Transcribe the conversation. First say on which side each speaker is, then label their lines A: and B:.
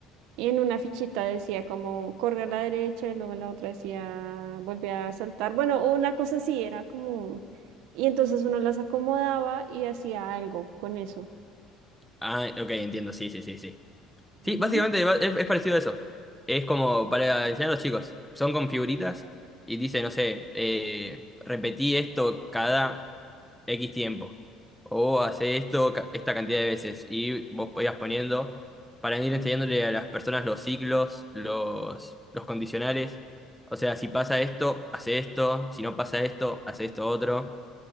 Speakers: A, on the right; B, in the centre.
A: Y en una fichita decía como corre a la derecha y luego en la otra decía volví a saltar. Bueno, una cosa así era como... Y entonces uno las acomodaba y hacía algo con eso.
B: Ah, ok, entiendo, sí, sí, sí, sí. Sí,
A: Ujú.
B: básicamente va- es, es parecido a eso. Es como para enseñar a los chicos. Son con figuritas y dice, no sé, eh, repetí esto cada X tiempo. O hace esto ca- esta cantidad de veces. Y vos podías poniendo para ir enseñándole a las personas los ciclos, los, los condicionales. O sea, si pasa esto, hace esto. Si no pasa esto, hace esto otro.